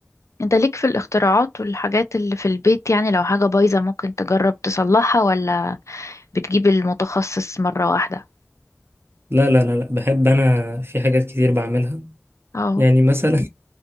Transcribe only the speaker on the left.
انت ليك في الاختراعات والحاجات اللي في البيت يعني لو حاجه بايظه ممكن تجرب تصلحها ولا بتجيب المتخصص مره واحده
اه